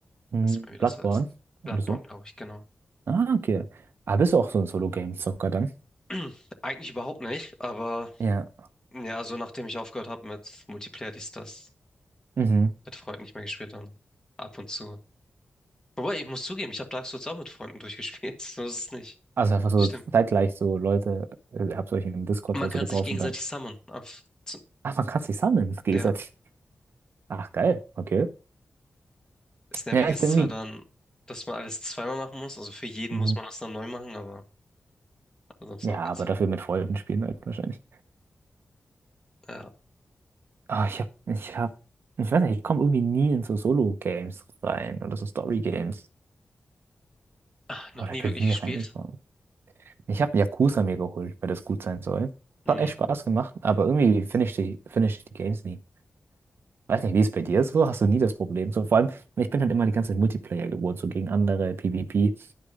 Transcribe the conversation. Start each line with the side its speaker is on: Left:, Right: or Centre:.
Right: hm,
Left: Weiß nicht mehr, wie
Right: Bloodborne
Left: das heißt. Bloodborne,
Right: oder so?
Left: glaube ich, genau.
Right: Ah, okay. Ah, bist du auch so ein Solo-Game-Zocker dann?
Left: <clears throat> Eigentlich überhaupt nicht, aber
Right: Ja.
Left: ja, so nachdem ich aufgehört habe mit Multiplayer, dies, das,
Right: Mhm.
Left: mit Freunden nicht mehr gespielt dann ab und zu. Wobei, ich muss zugeben, ich habe Dark Souls auch mit Freunden durchgespielt. <laughs> So ist es nicht.
Right: Also einfach so
Left: Stimmt.
Right: zeitgleich so Leute, äh, habt euch im Discord
Left: Man
Right: oder
Left: kann
Right: so getroffen,
Left: sich gegenseitig
Right: dann
Left: summonen. Auf, zu,
Right: Ach, man kann sich sammeln. Das geht
Left: ja.
Right: halt. Ach, geil. Okay.
Left: Das Nervige
Right: Ja, ich
Left: ist
Right: bin
Left: zwar
Right: irgendwie.
Left: dann, dass man alles zweimal machen muss, also für jeden
Right: Hm,
Left: muss man das dann neu machen, aber sonst
Right: Ja,
Left: auch ganz,
Right: aber dafür mit Freunden spielen halt wahrscheinlich.
Left: ja,
Right: Ah, ich hab, ich hab, ich weiß nicht, ich komme irgendwie nie in so Solo-Games rein oder so Story-Games.
Left: Ah, noch
Right: Oder
Left: nie
Right: ich bin
Left: wirklich
Right: nie
Left: gespielt.
Right: reingekommen. Ich habe Yakuza mir geholt, weil das gut sein soll.
Left: Mhm.
Right: Hat echt Spaß gemacht, aber irgendwie finde ich die, finde ich die Games nie. Weiß nicht, wie es bei dir ist, wo hast du nie das Problem? So, vor allem, ich bin halt immer die ganze Zeit Multiplayer geworden, so gegen andere, PvP.